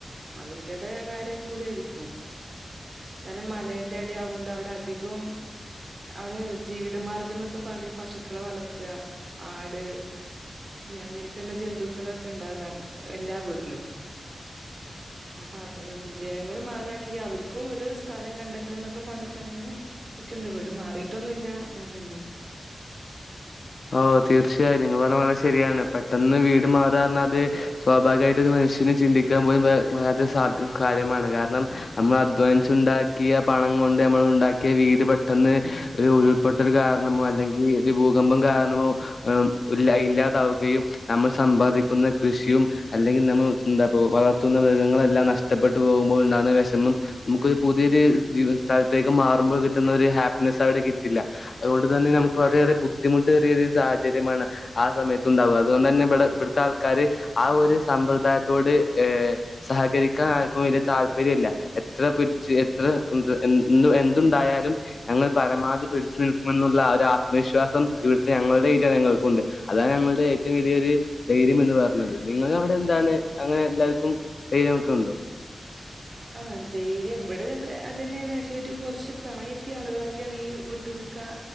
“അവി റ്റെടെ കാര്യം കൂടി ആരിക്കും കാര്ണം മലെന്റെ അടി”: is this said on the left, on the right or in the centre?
Right